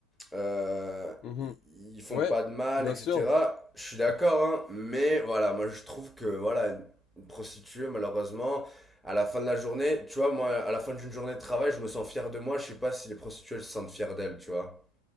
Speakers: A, in the centre; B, on the left.
A: euh,
B: Mhm.
A: ils font
B: Ouais,
A: pas de mal,
B: bien
A: etc.
B: sûr.
A: Je suis d'accord, hein, mais voilà, moi je trouve que voilà, une prostituée, malheureusement, à la fin de la journée, tu vois, moi, à la fin d'une journée de travail, je me sens fier de moi. Je sais pas si les prostituées elles se sentent fiers d'elles, tu vois.